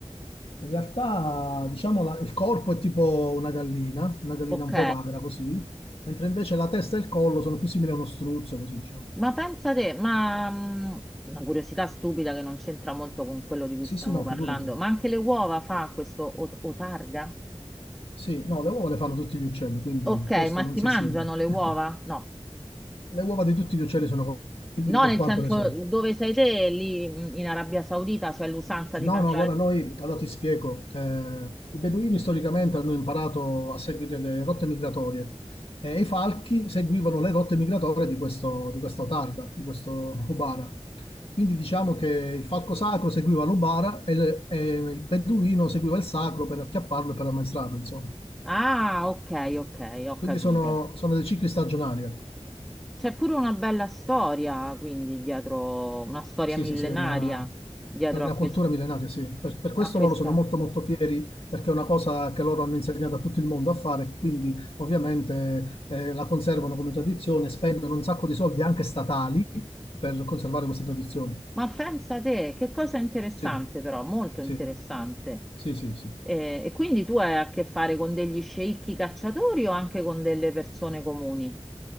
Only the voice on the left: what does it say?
in realtà, diciamo, la- il corpo è tipo una gallina, una gallina
un po' magra così, mentre invece la testa e il collo sono più simili a uno struzzo, così diciamo.
Sì,
sì, no,
figurati.
Sì, no, le uova le fanno tutti gli uccelli, quindi
questo
non
si
esime.
<laughs>
Le uova di tutti gli uccelli sono compatibili
per
quanto
ne so.
No,
no, allora noi, allora ti spiego. Eh, i beduini storicamente hanno imparato a seguire le rotte migratorie e i falchi seguivano le rotte migratorie di questo, di questa otarda, di questo Ubara. Quindi diciamo che il falco sacro seguiva l'Ubara e, le- e il beduino seguiva il sacro per acchiapparlo e per ammaestrarlo, insomma.
Quindi
sono, sono dei cicli stagionali, ecco.
Sì,
sì, sì, è una,
è una
cultura millenaria, sì. Per, per questo
loro sono molto molto fieri, perché è una cosa che loro hanno insegnato a tutto il mondo a fare, quindi ovviamente eh, la conservano come tradizione, spendono un sacco di soldi anche statali per conservare queste tradizioni.
Sì,
sì,
sì, sì, sì.